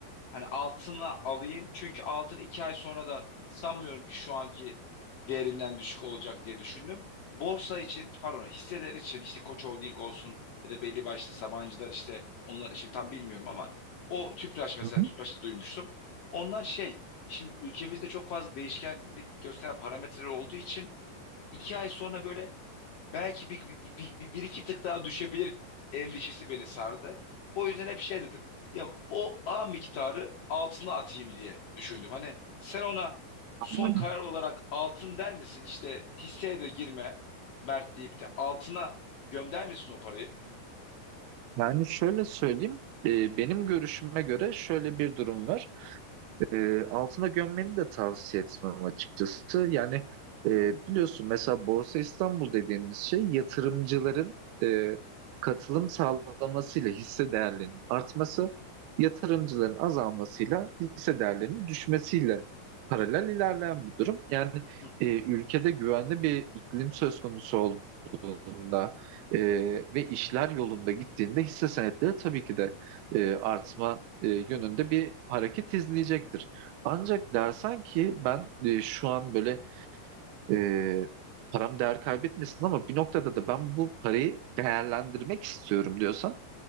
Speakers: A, on the left (about 55°); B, on the right (about 80°).
A: Hani altını alayım çünkü altın iki ay sonra da sanmıyorum ki şu anki değerinden düşük olacak diye düşündüm. Borsa için pardon hisseler için işte Koç Holding olsun ya da belli başlı Sabancılar işte onlar için tam bilmiyorum ama o Tüpraş mesela
B: Hı hı,
A: Tüpraş'ta duymuştum. Onlar şey şimdi ülkemizde çok fazla değişkenlik gösteren parametreler olduğu için iki ay sonra böyle belki bir, bir, bir, bir- bir iki tık daha düşebilir endişesi beni sardı. O yüzden hep şey dedim. Ya o A miktarı altına atayım diye düşündüm. Hani sen ona son
B: anladım.
A: karar olarak altın der misin? İşte hisseye de girme Mert deyip de altına gömder misin o parayı?
B: Yani şöyle söyleyeyim, e, benim görüşüme göre şöyle bir durum var. e, altına gömmeni de tavsiye etmem açıkçası. Yani e, biliyorsun mesela Borsa İstanbul dediğimiz şey yatırımcıların e, katılım sağlamasıyla hisse değerlerinin artması, yatırımcıların azalmasıyla hisse değerlerinin düşmesiyle paralel ilerleyen bir durum. Yani
A: Hı.
B: e, ülkede güvenli bir iklim söz konusu olduğunda e, ve işler yolunda gittiğinde hisse senetleri tabii ki de e, artma e, yönünde bir hareket izleyecektir. Ancak dersen ki ben e, şu an böyle e, param değer kaybetmesin ama bir noktada da ben bu parayı değerlendirmek istiyorum diyorsan